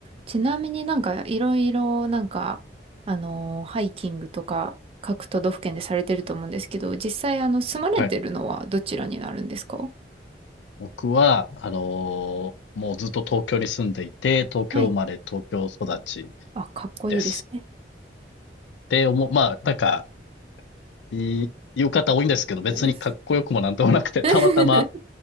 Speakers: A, on the right (about 35°); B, on the left (about 85°).
A: ちなみになんかいろいろなんか、あのーハイキングとか各都道府県でされてると思うんですけど、実際あの住まれてるのはどちらになるんですか
B: はい。僕は、あのーもうずっと東京に住んでいて、東京生まれ、
A: はい。
B: 東京育ち
A: あ、かっこいいですね。
B: です。で、おも、まあ、なんか、いい、言う方多いんですけど、別にかっこよくもなんともなくて、
A: うん <laughs>
B: たまたま、